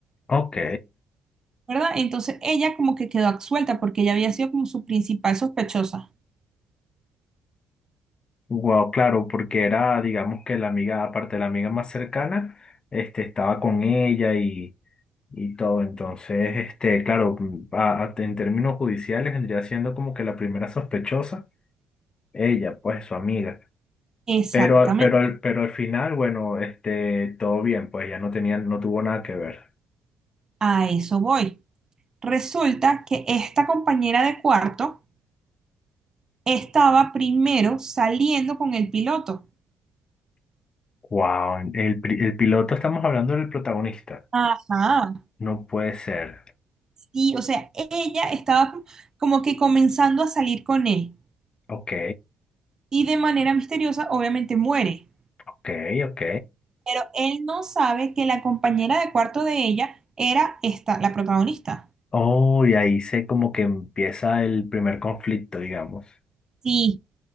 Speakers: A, on the left; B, on the right.
A: ok,
B: ¿verdad? Entonces ella como que quedó absuelta porque ella había sido como su principal sospechosa.
A: Wow, claro, porque era, digamos que la amiga, aparte de la amiga más cercana, este, estaba con ella y, y todo. Entonces, este, claro, mm, a- a- en términos judiciales vendría siendo como que la primera sospechosa, ella, pues su amiga.
B: Exactamente,
A: Pero, al- pero, al- pero al final, bueno, este, todo bien, pues ya no tenía, no tuvo nada que ver.
B: a eso voy. Resulta que esta compañera de cuarto estaba primero saliendo con el piloto.
A: Wow, el, pri- el piloto, estamos hablando del protagonista.
B: Ajá,
A: No puede ser.
B: sí, o sea, ella estaba co- como que comenzando a salir con él
A: Ok,
B: y de manera misteriosa obviamente muere,
A: ok, ok.
B: pero él no sabe que la compañera de cuarto de ella era esta, la protagonista.
A: Oh, y ahí se como que empieza el primer conflicto, digamos.
B: Sí,